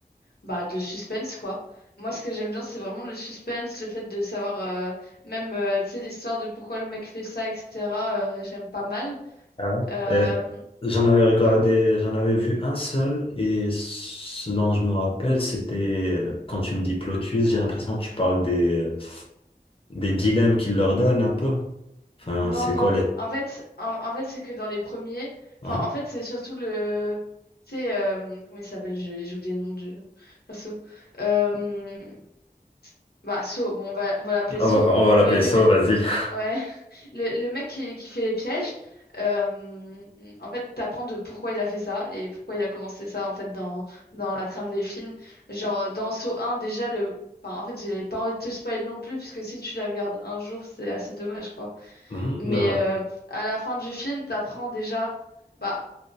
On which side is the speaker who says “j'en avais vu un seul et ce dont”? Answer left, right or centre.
Left